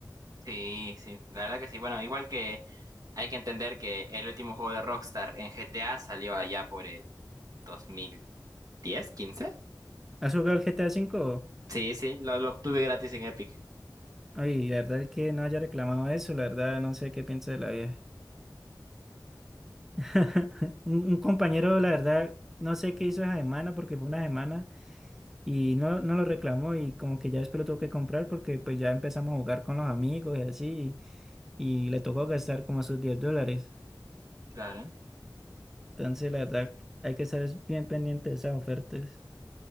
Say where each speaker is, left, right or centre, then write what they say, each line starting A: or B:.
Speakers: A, on the right (about 50°); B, in the centre.
A: Sí, sí, la verdad que sí. Bueno, igual que hay que entender que el último juego de Rockstar en GTA salió allá por el dos mil diez quince
B: ¿Has jugado el GTA cinco?
A: Sí, sí, lo, lo obtuve gratis en Epic.
B: Ay, la verdad es que no haya reclamado eso, la verdad no sé qué piensa de la vieja. <laughs> Un, un compañero, la verdad, no sé qué hizo esa semana porque fue una semana y no, no lo reclamó y como que ya después lo tuvo que comprar porque pues ya empezamos a jugar con los amigos y así y, y le tocó gastar como sus 10 dólares.
A: Claro.
B: Entonces, la verdad, hay que estar es- bien pendiente de esas ofertas.